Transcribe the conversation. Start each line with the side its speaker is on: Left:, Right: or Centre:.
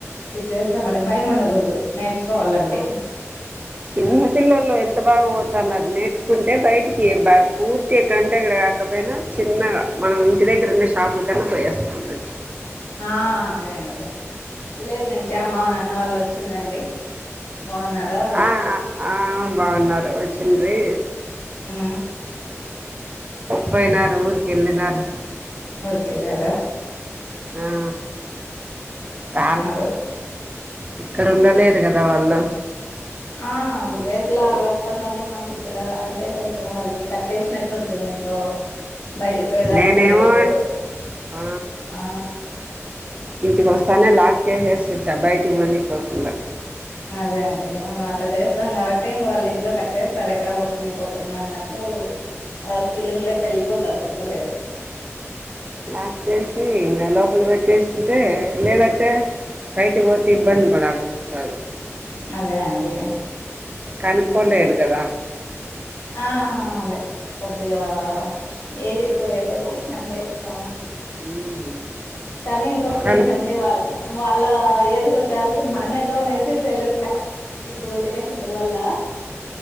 Left: ఇది చేస్తామండి భయం ఉండకూడదు నేర్చుకోవాలంటే
Right: చిన్న పిల్లలు ఎంత బాగా ఊడుతున్నారు నేర్చుకుంటే బయటికి బా పూర్తి కంటడగడ కాకపోయినా చిన్నగా మనం ఇంటి దగ్గర ఉన్న షాపుల కన్నా పోయేస్తా ఉండొచ్చు
Left: ఆ అదే అండి విలేజ్ నుంచి అమ్మవ నాన్న వాళ్ళు వచ్చిందిండి బావున్నారా వాళ్ళు
Right: ఆ, ఆ బాగున్నారు వచ్చిండీ
Left: ఆ
Right: పోయినారు ఊరికి వెళ్ళినారు
Left: అ ఊర్కెళార
Right: ఆ రాన్
Left: వాళ్ళు
Right: ఇక్కడ ఉండలేరు కదా వాళ్ళు
Left: ఆ విలేజ్లా అల్వాటు పన్నొలు మనకి ఇక్కడ అంటే కొంచెం వాళ్ళకి కట్టేసినట్లు ఉంటుంది దీంట్లో బయటకి పోయేదానికి
Right: నేనేమో
Left: ఉండదు
Right: ఆ
Left: ఆ
Right: ఇంటికి వస్తానే లాక్ చేసేస్తు బయటి పోని పోకుండా
Left: అదే అండి మనం అట్లా చేస్తాం కాబట్టి ఇం వాళ్ళు ఇంట్లో కట్టేస్తారు ఎక్కడ ని పోకుండా అన్నట్లు ఆ ఫీలింగ్ లో వెళ్ళిపోతారు ఉండలేరు
Right: లాక్ చేసి ఇంకా లోపల పెట్టేస్తుంటే లేదంటే బయటికి పోతే
Left: ఉమ్,
Right: ఇబ్బంది పడాల్సి వస్తది
Left: అదే అండి
Right: కనుకోలేరు కదా
Left: ఆ అదే కొద్దిగా ఏజ్ ఎక్కువయ్య కొద్దిీ అంతే కామన్
Right: మ్మ్
Left: కానీ ఇంకొకటి
Right: కను
Left: ఏంటండి వాళ్ళ వాళ్ళ ఏజ్ కొచ్చా మనం ఎటుో అనేది తెల్లట్లే ఇప్పుడు తినే ఫుడ్ వల్ల